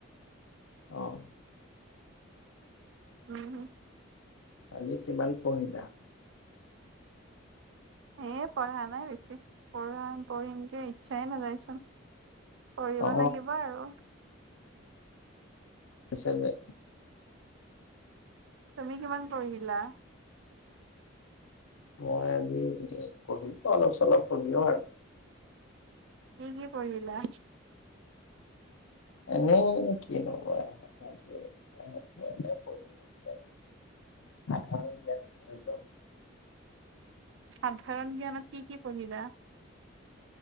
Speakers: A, on the left; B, on the right.
A: অঁ
B: হু হু।
A: আজি কিমান পঢ়িলা?
B: এ পঢ়া নাই বেছি পঢ়িম পঢ়িমকে ইচ্ছাই নাযায়চোন। পঢ়িব
A: অ
B: লাগিব আৰু।
A: হৈছে যে <unintelligible>
B: তুমি কিমান পঢ়িলা?
A: মই আজি পঢ়িলো অলপ চলপ পঢ়িলো আৰু
B: কি কি পঢ়িলা?
A: এনে কি হব আৰু আজি এনে পঢ়িলোঁ আৰু। <unintelligible> সাধাৰণ জ্ঞান পঢ়িলোঁ।
B: সাধাৰণ জ্ঞানত কি কি পঢ়িলা?